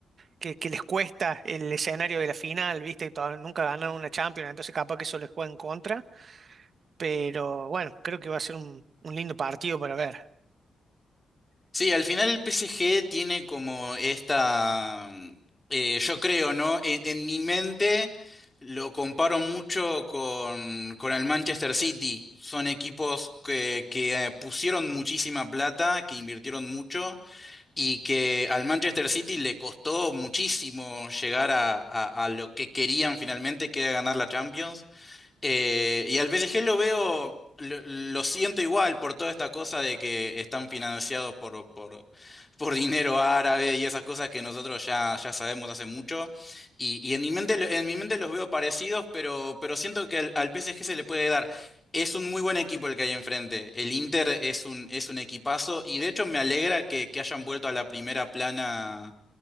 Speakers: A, on the right (about 55°); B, on the left (about 20°).
A: que, que les cuesta el escenario de la final, viste, todavía nunca ganaron una Champions, entonces capaz que eso les juega en contra, pero bueno, creo que va a ser un, un lindo partido para ver.
B: Sí, al final el PSG tiene como esta, mm, eh, yo creo, ¿no? En, en mi mente lo comparo mucho con, con el Manchester City. Son equipos que, que eh, pusieron muchísima plata, que invirtieron mucho y que al Manchester City le costó muchísimo llegar a, a- a lo que querían finalmente, que era ganar la Champions. Eh, y al PSG lo veo, lo, lo siento igual por toda esta cosa de que están financiados por, por, por dinero árabe y esas cosas que nosotros ya, ya sabemos hace mucho. Y, y en mi mente, lo- en mi mente los veo parecidos, pero, pero siento que al, al PSG se le puede dar. Es un muy buen equipo el que hay enfrente. El Inter es un, es un equipazo y de hecho me alegra que, que hayan vuelto a la primera plana